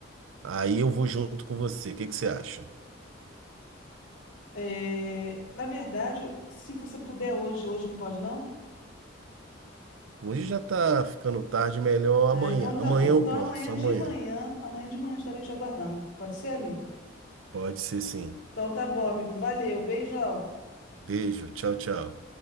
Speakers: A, on the right (about 80°); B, on the left (about 85°).
A: Aí eu vou junto com você. O que que você acha?
B: É, na verdade, se você puder hoje, hoje não pode, não?
A: Hoje já tá ficando tarde, melhor
B: Ah,
A: amanhã.
B: então tá
A: Amanhã
B: bom.
A: eu
B: Então
A: posso,
B: amanhã de
A: amanhã.
B: manhã, amanhã de manhã estarei te aguardando. Pode ser, amigo?
A: Pode ser sim.
B: Então tá bom, amigo. Valeu, beijão.
A: Beijo, tchau, tchau.